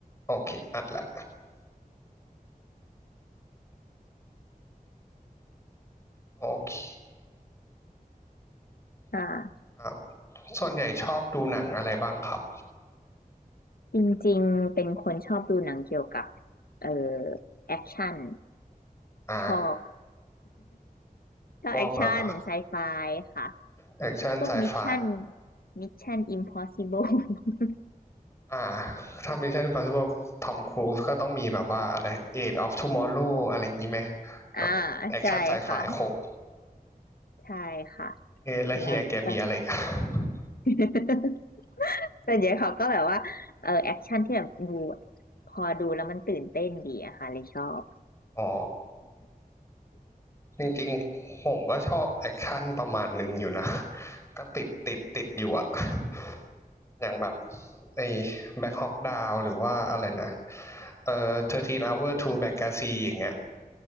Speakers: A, on the left; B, on the left.
A: โอเค อัดละโอเค
B: ค่ะ
A: ครับส่วนใหญ่ชอบดูหนังอะไรบ้างครับ
B: จริงๆเป็นคนชอบดูหนังเกี่ยวกับเอ่อแอคชั่น
A: อ่า
B: ชอบชอบแอคชั่นไซไฟ
A: พวกแบบ
B: ค่ะ
A: แอคชั่นไซไฟ
B: พวกมิชชั่นมิชชั่นอิมพ <laughs> อสิเบิล <laughs>
A: อ่าถ้ามีเช่น Impossible ทอมครูซก็ต้องมีแบบว่าอะไร Age of Tomorrow อะไรอย่างนี้ไหม
B: อ่า
A: แอคชั่นไซไฟครบ
B: ใช่ค่ะใช่ค่ะ
A: เอแล้วเฮียแกมีอะไร
B: แล้วก็
A: <laughs> อับ
B: <laughs> ส่วนใหญ่เขาก็แบบว่าเออแอคชั่นที่แบบดูพอดูแล้วมันตื่นเต้นดีอะค่ะเลยชอบ
A: อ๋อ จริงๆผมก็ชอบแอคชั่นประมาณหนึ่งอยู่นะ <laughs> ก็ติดติดติดอยู่อะ <laughs> อย่างแบบไอ้แบ็คฮอกดาวหรือว่าอะไรนะเอ่อ13 hour to Benghazi อย่างเงี้ย